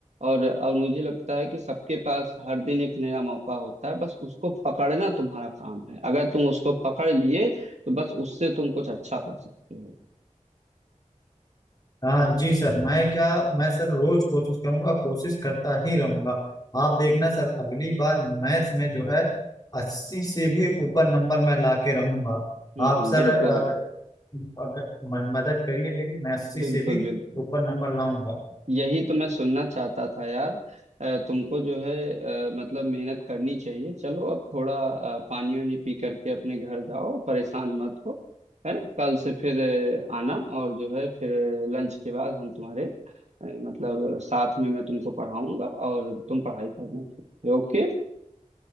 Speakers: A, on the right; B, on the left.
A: और और मुझे लगता है कि सबके पास हर दिन एक नया मौका होता है बस उसको पकड़ना तुम्हारा काम है अगर तुम उसको पकड़ लिए तो बस उससे तुम कुछ अच्छा कर सकते हो
B: हाँ जी सर मैं क्या मैं सर रोज कोशिश करूंगा कोशिश करता ही रहूंगा आप देखना सर अगली बार मैथ्स में जो है अस्सी से भी ऊपर नंबर मैं लाके रहूंगा
A: हम्म
B: आप
A: हम्म,
B: सर
A: बिल्कुल
B: अगर म- मदद करिए मेरी मैं अस्सी
A: बिल्कुल
B: से भी
A: बिल्कुल
B: ऊपर नंबर लाऊंगा
A: यही तो मैं सुनना चाहता था यार अ, तुमको जो है अ, मतलब मेहनत करनी चाहिए चलो अब थोड़ा अ, पानी वानी पी करके अपने घर जाओ परेशान मत हो है ना कल से फिर अ, आना और जो है फिर लंच के बाद हम तुम्हारे अ, मतलब साथ में मैं तुमको पढ़ाऊंगा और तुम पढ़ाई करना ठीक है ओके